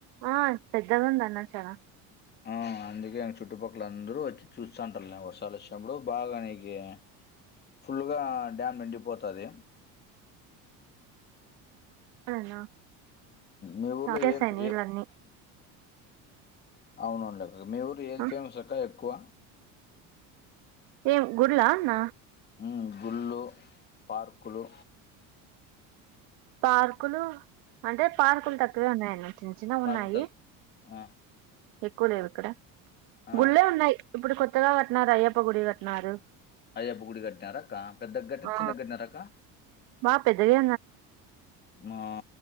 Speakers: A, on the right; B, on the left.
A: ఆ పెద్దగుందన్న చానా
B: హ అందుకే చుట్టుపక్కల అందరూ వచ్చి చూస్తాంటారు నేను వర్షాలు వచ్చినప్పుడు బాగా నీకి ఫుల్ల్గా డ్యామ్ నిండిపోతది
A: అవునన్న
B: మీ ఊర్లో
A: తాగేస్తాయి
B: ఏ
A: నీళ్ళన్నీ
B: ఏ అవును అవును లే అక్క మీ ఊరులో ఏది
A: ఆ
B: ఫేమస్ అక్క ఎక్కువ
A: ఎం గుడులా అన్న
B: హ్మ్మ్ గుళ్ళు పార్కులు
A: పార్కులు అంటే పార్కులు తక్కువే ఉన్నాయన్న చిన్న చిన్నవి
B: పార్కు
A: ఉన్నాయి
B: తక్ ఆ
A: ఎక్కువ లేవు ఇక్కడ
B: ఆ
A: గుళ్ళే ఉన్నాయి ఇప్పుడు కొత్తగా కట్టినరూ అయ్యప్ప గుడి కట్టినరు
B: అయ్యప్ప గుడి గట్టినరా అక్క పెద్దగ గట్టినార
A: ఆ
B: చిన్నగా గట్టినార అక్క
A: బా పెద్దగే
B: మా